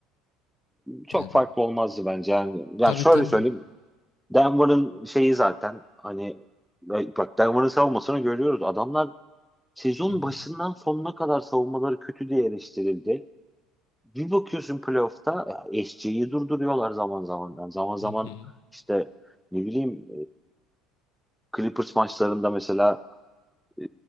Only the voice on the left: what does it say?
Yani
tabii
tabii.
Hı hı,
hı hı,